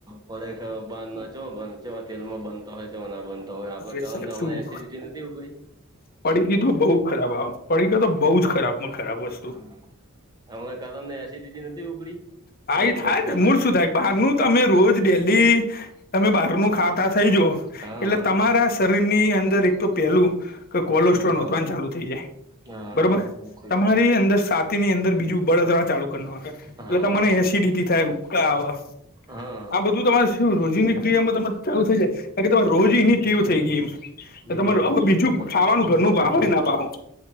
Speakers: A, on the right; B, on the left.
A: ફક બંધ ચ બંધ છે તેલમાં બંધ. બતા હોય છે ના બનતા હોય આપણા
B: અરે
A: કારણ
B: સાહેબ
A: હમણા
B: શું
A: એસસીડિટી નથી ઉગડી
B: પડીકી તો બઉુ ખરાબ આવે પડીકા તો બઉ જ ખરાબ ખરાબ વસ્તુ.
A: હા. હમણાં કદમ ને એસિડિટી નથી ઉપડી
B: હા
A: બે
B: એ
A: દિવસ
B: થાય
A: પહેલા
B: જને મૂળ
A: જ
B: શું થાય બહારનું તમે રોજ ડેલી તમે બહારનું ખા થઈ જ એટલે
A: હા.
B: તમારા શરીરની અંદર એક તો પેલું કોલેસ્ટ્રોલ
A: હા
B: નોંધવાની ચાલુ થઈ જાય
A: હા
B: બરોબર
A: સાચી
B: તમારી
A: વાત
B: અંદર સાત ની અંદર બીજું બળતરા ચાલુ કરખે એટલે
A: હા
B: તને એસિડિટી થાય ઉપકા આવે
A: હા
B: આ બધું તમારે શું રોજની ક્રિયામાં ત ચાલુ થઈ જાય કારણ કેમે રોજ એની વું થઈ ગય એમ.
A: હમ.
B: તમાર હવે બીજું
A: સાચી
B: ખાવાનું
A: વાત
B: ઘરનું ભાવ હોય ના ભાવ.